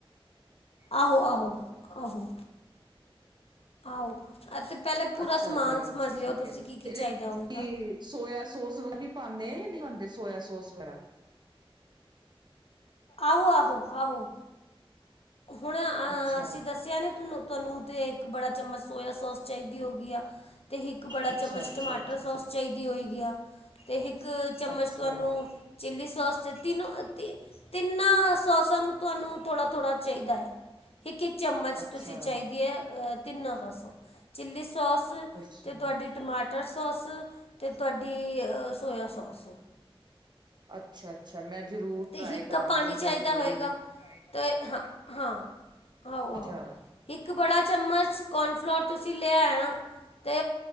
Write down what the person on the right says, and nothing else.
ਅੱਛਾ,
ਅੱਛਾ, ਅੱਛਾ
ਠੀਕ
ਹੈ
ਤੇ ਇਹਦੇ
ਸੋਇਆ ਸੋਸ ਵੀ ਪਾਉਦੇ ਆ ਜਾਂ ਨਹੀਂ ਪਾਦੇ ਸੋਯ ਸੋਸ ਵਗੈਰਾ
ਅੱਛਾ
ਅੱਛਾ,
ਅੱਛਾ,
ਅੱਛਾ,
ਅੱਛਾ,
ਅੱਛਾ,
ਅੱਛਾ
ਅੱਛਾ, ਅੱਛਾ। ਮੈਂ ਜ਼ਰੂਰ
ਟਰਾਈ
ਕਰਾਂਗੀ
ਇਹਨੂੰ
ਇੱਕ ਵਾਰੀ।
ਅੱਛਾ